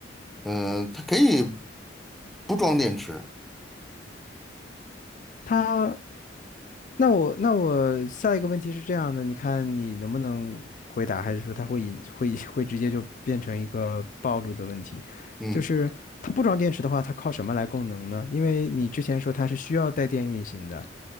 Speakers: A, in the centre; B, on the left (about 45°).
A: 嗯、它可以不装电池，
B: 它那我那我下一个问题是这样的，你看你能不能回答，还是说它会引会会直接就变成一个暴露的问题？
A: 嗯
B: 就是它不装电池的话，它靠什么来供能呢？因为你之前说它是需要带电运行的